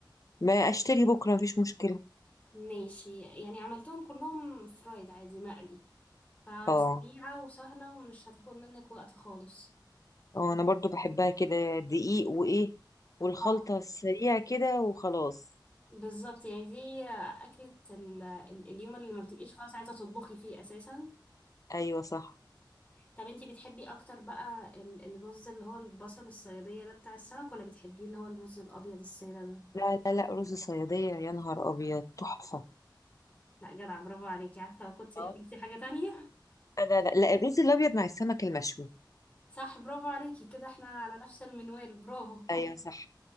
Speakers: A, on the left; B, on the left.
A: ما اشتري بكرة مفيش مشكلة
B: ماشي يعني عملتهم كلهم فرايد عادي مقلي فسريعة
A: اه
B: وسهلة ومش هتاخد منك وقت خالص
A: اه انا برضو بحبها كده دقيق وايه والخلطة
B: اه
A: السريعة كده وخلاص
B: بالظبط يعني دي أكلة ال- ال- اليوم اللي ما بتبقيش خلاص عايزة تطبخي فيه أساسا
A: ايوه صح
B: طب انتي بتحبي أكتر بقى ال- الرز اللي هو البصل الصيادية ده بتاع السمك ولا بتحبيه اللي هو الرز الأبيض السادة ده؟
A: لا لا لا رز صيادية يا نهار ابيض تحفة
B: لا جدع برافو عليكي عارفة كنت
A: اه
B: قلتي حاجة تانية
A: لا لا لا الرز الابيض مع السمك المشوي
B: <laughs> صح برافو عليكي كده احنا على نفس المنوال برافو <laughs>
A: ايوه صح